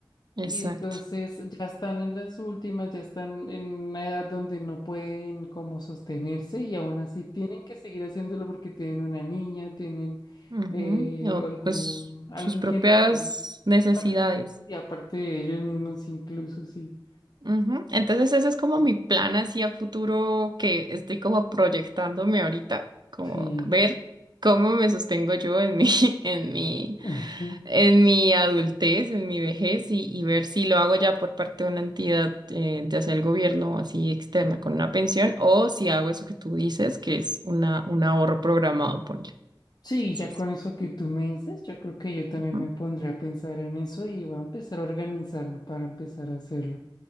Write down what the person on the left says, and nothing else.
Y entonces ya están en las últimas, ya están en una edad donde no pueden como sostenerse y aún así tienen que seguir haciéndolo porque tienen una niña, tienen
eh,
algún,
alguien
que mantener.
Bueno, y aparte de ellos mismos incluso, sí,
sí.
<laughs> Ujú.
Sí,
ya con eso que tú me dices, yo creo que yo también
me pondré a pensar en eso y voy a empezar a organizarme para empezar a hacerlo.